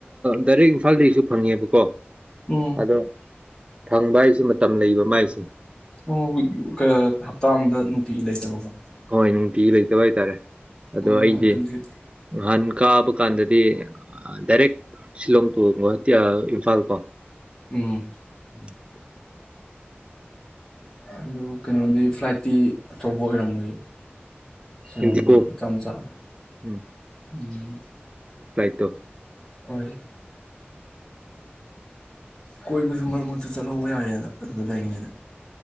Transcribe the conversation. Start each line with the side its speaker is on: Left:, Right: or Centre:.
Right: ꯗꯥꯏꯔꯦꯛ ꯏꯝꯐꯥꯜꯗꯒꯤꯁꯨ ꯐꯪꯉꯦꯕꯀꯣ
Left: ꯎꯝ꯫
Right: ꯑꯗꯣ ꯐꯪꯕ ꯍꯥꯏꯁꯤ ꯃꯇꯝ ꯂꯩꯕ ꯃꯥꯏꯁꯤ
Left: ꯑꯣ ꯋꯤꯛ ꯀ ꯍꯞꯇꯥ ꯑꯃꯗ ꯐꯤ ꯂꯩꯇꯕꯀꯣ
Right: ꯍꯣꯏ ꯅꯨꯡꯇꯤ ꯂꯩꯇꯕ ꯍꯥꯏ ꯇꯥꯔꯦ꯫ ꯑꯗꯣ
Left: ꯎꯝ
Right: ꯑꯩꯗꯤ
Left: ꯑꯗꯨꯗꯤ
Right: ꯉꯍꯥꯟ ꯀꯥꯕ ꯀꯥꯟꯗꯗꯤ ꯗꯥꯏꯔꯦꯛ ꯁꯤꯂꯣꯡ ꯇꯨ ꯒꯨꯍꯥꯇꯤ ꯑꯥ ꯏꯝꯐꯥꯜ ꯀꯣ
Left: ꯎꯝ
Right: <unintelligible>
Left: ꯑꯗꯨ ꯀꯩꯅꯣꯗꯤ ꯐ꯭ꯂꯥꯏꯠꯇꯤ ꯑꯆꯧꯕ ꯑꯣꯏꯔꯝꯃꯣꯏꯌꯦ ꯁꯤꯂꯣꯡꯒꯤꯗꯤ
Right: ꯏꯟꯗꯤꯒꯣ
Left: ꯃꯆꯥ ꯃꯆꯥ
Right: ꯎꯝ
Left: ꯎꯝ
Right: <unintelligible>
Left: ꯍꯣꯏ ꯀꯣꯏꯕꯁꯨ ꯃꯔꯛ-ꯃꯔꯛꯇ ꯆꯠꯍꯧꯕ ꯌꯥꯔꯦꯗꯅ ꯑꯗꯨꯗ ꯂꯩꯔꯤꯉꯩꯗ